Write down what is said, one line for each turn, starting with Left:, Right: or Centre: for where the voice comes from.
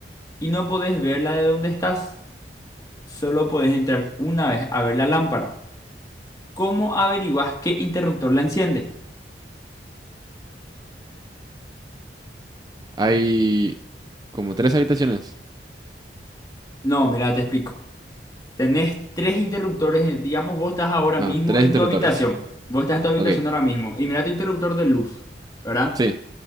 Left: y no podés verla de donde estás. Solo podés entrar una vez a ver la lámpara. ¿Cómo averiguás qué interruptor la enciende?
Right: A ver. Hay como tres habitaciones.
Left: No, mira, te explico. Tenés tres interruptores. eh, Digamos, vos estás ahora
Right: Ah,
Left: mismo
Right: tres
Left: en
Right: interruptores.
Left: tu habitación. Vos estás en tu habitación
Right: Ok,
Left: ahora mismo. Y mira tu interruptor de luz, ¿verdad?
Right: sí,